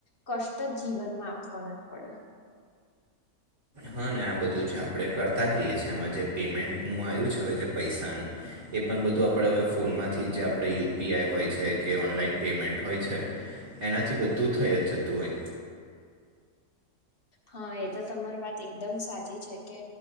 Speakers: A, on the left; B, on the right.
A: કષ્ટ જ જીવનમાં આપવો ના પડે.
B: હા ને આ બધું જે આપણે કરતા હોઈએ છીએ એમાં જે પેમેન્ટનું આવ્યું છે હવે જે પૈસાનું એ પણ બધું આપણે હવે ફોનમાંથી જ જે આપણે યુપીઆઈ હોય છે. કે ઓનલાઈન પેમેન્ટ હોય છે એનાથી બધું થઈ જ જતું હોય
A: હા એ તો તમારી વાત એકદમ સાચી છે કે